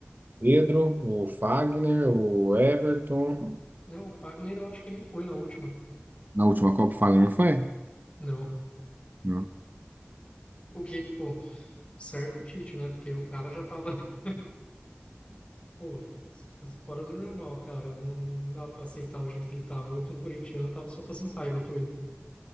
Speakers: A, on the right (about 50°); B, on the left (about 30°).
A: Pedro, o Fagner, o Everton.
B: não, o Fagner eu acho que nem foi na última,
A: Na última Copa, o Fagner não foi?
B: não.
A: Hum.
B: O que, pô, certo o Tite, né? Porque o cara já tava, <laughs> pô, fora do normal, cara. Não, não, não dava pra aceitar o jeito que ele tava. Eu, como corintiano, tava só passando raiva com ele.